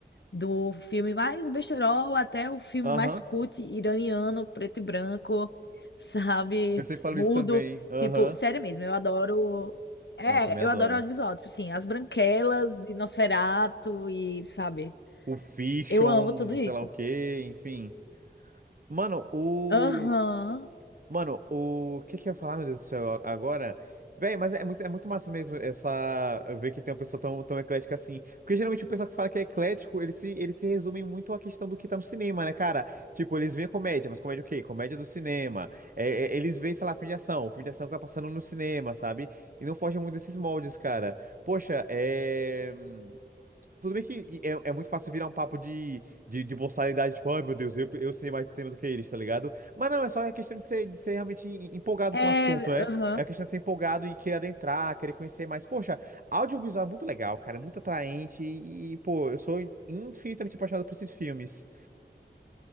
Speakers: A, on the left; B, on the right.
A: Do filme mais besterol até o filme
B: Aham,
A: mais cult iraniano, preto e branco, sabe?
B: eu sempre falo
A: Mudo.
B: isso também. Aham,
A: Tipo, sério mesmo, eu adoro. É,
B: não, Eu também adoro.
A: eu adoro audiovisual. Tipo assim, As Branquelas e Nosferatu e, sabe?
B: O Fiction,
A: Eu amo tudo
B: e
A: isso.
B: sei lá o quê, enfim. Mano, o.
A: Aham.
B: Mano, o que que eu ia falar, meu Deus do céu, a- agora? Véi, mas é muito, é muito massa mesmo essa ver que tem um pessoal tão, tão eclético assim. Porque geralmente o pessoal que fala que é eclético, eles se, eles se resumem muito à questão do que tá no cinema, né, cara? Tipo, eles veem comédia, mas comédia o quê? Comédia do cinema. É, é, eles veem, sei lá, filme de ação, filme de ação que tá passando no cinema, sabe? E não fogem muito desses moldes, cara. Poxa, é. hum, Tudo bem que é, é muito fácil virar um papo de, de, de boçalidade, tipo, ai meu Deus, eu, eu sei mais de cinema do que eles, tá ligado? Mas não, é só a questão de ser, de ser realmente em- empolgado
A: É,
B: com o assunto, né?
A: aham.
B: É a questão de ser empolgado e querer adentrar, querer conhecer mais. Poxa, audiovisual é muito legal, cara, é muito atraente e, e, pô, eu sou infinitamente apaixonado por esses filmes.